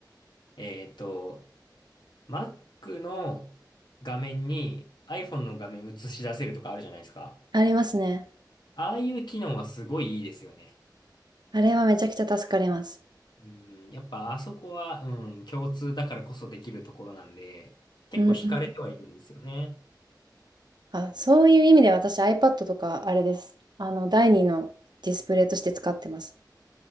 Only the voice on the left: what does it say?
えっと、Mac の画面に iPhone の画面映し出せるとかあるじゃないですか。
ああいう機能はすごいいいですよね。
うん、やっぱあそこは、うん、共通だからこそできるところなんで、結構惹かれてはいるんですよね。